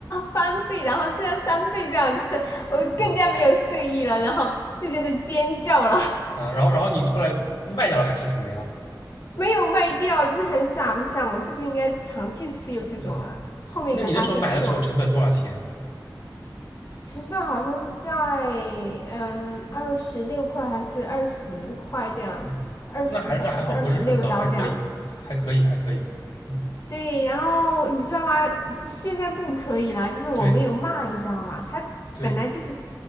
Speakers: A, on the left; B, on the left.
A: 翻倍，然后这样三倍这样子，我更加没有睡意了，
B: 嗯
A: 然后就觉得尖叫了，
B: 嗯，然后然后你后来卖掉了还是什么呀？
A: <laughs> 没有卖掉，就是很傻，我就想我是不是应该长期持有这种啊？
B: 嗯，
A: 后面才发现这种
B: 那你那时候买的时候成本多少钱？
A: 成本好像是在嗯二十六块还是二十块这样子，
B: 嗯，
A: 二十还是二十六刀这样子。
B: 那还那还好，不是很高，还可以，还可以，还可以。嗯，
A: 对，然后你知道吗？现在不可以啦，就是我没有卖，
B: 对
A: 你知道吗？它本来就是，
B: 对，